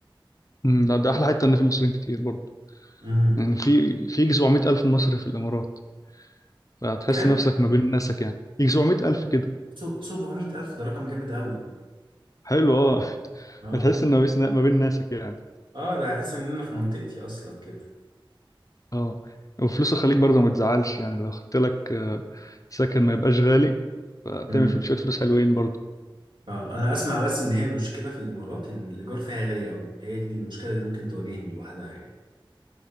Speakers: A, on the left; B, on the right.
A: أمم، لا ده احلى حته ان في مصريين كتير برضه
B: امم
A: يعني في في يجي 700 الف مصري في الامارات فهتحس
B: كام
A: نفسك ما بين ناسك يعني يجي 700 الف كده
B: سو- 700 ألف ده رقم جامد أوي
A: حلو اه <laughs>
B: اه
A: هتحس ان ما بيس- ما بين ناسك يعني
B: اه ده هحس إن أنا في منطقتي أصلا كده
A: اه وفلوس الخليج برضه ما تزعلش يعني لو خدت لك آه، سكن ما يبقاش غالي فتعمل
B: امم
A: شويه فلوس حلوين برضه
B: اه أنا أسمع بس إن هي المشكلة في الإمارات إن الإيجار فيها غالي أوي هي دي المشكلة اللي ممكن تواجهني لوحدها يعني